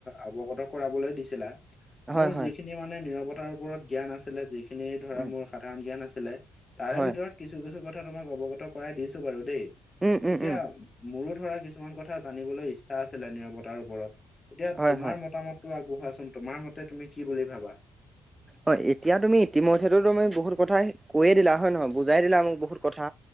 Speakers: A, on the left; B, on the right.
A: অবগত কৰাবলৈ দিছিলা
B: হয়
A: মই
B: হয়
A: যিখিনি মানে নিৰৱতাৰ ওপৰত জ্ঞান আছিলে। যিখিনি ধৰা
B: উম
A: মোৰ সাধাৰণ জ্ঞান আছিলে তাৰে
B: হয়
A: ভিতৰত কিছু- কিছু কথা তোমাক অৱগত কৰাই দিছো বাৰু দেই
B: উম উম
A: এতিয়া।
B: উম
A: মোৰো ধৰা কিছুমান কথা জানিবলৈ ইচ্ছা আছিলে নিৰাৱতাৰ ওপৰত এতিয়া
B: হয়
A: তোমাৰ
B: হয়
A: মতামত টো আগবঢ়োৱাচোন তোমাৰ মতে তুমি কি বুলি ভাবা।
B: অ এতিয়া তুমি ইতিমধ্যেটো তুমি বহুত কথাই কৈয়ে দিলা হয় নহয় বুজাই দিলা মোক বহুত কথা।